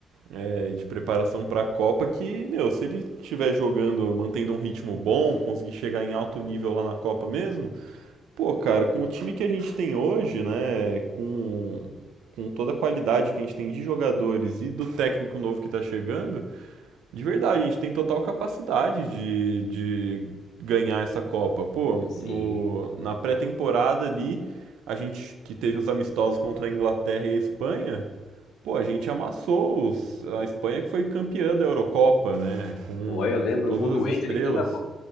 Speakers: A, on the right; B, on the left.
A: é, de preparação para a Copa que, meu, se ele estiver jogando, mantendo um ritmo bom, conseguir chegar em alto nível lá na Copa mesmo, pô, cara, com o time que a gente tem hoje, né, com, com toda a qualidade que a gente tem de jogadores e do técnico novo que tá chegando, de verdade, a gente tem total capacidade de, de ganhar essa Copa. Pô,
B: Sim.
A: no, na pré-temporada ali, a gente que teve os amistosos contra a Inglaterra e a Espanha, Pô, a gente amassou os- a Espanha que foi campeã da Eurocopa, né? Com,
B: Foi, eu lembro
A: com todas
B: o gol do
A: as
B: Endrick
A: estrelas.
B: ainda, pô.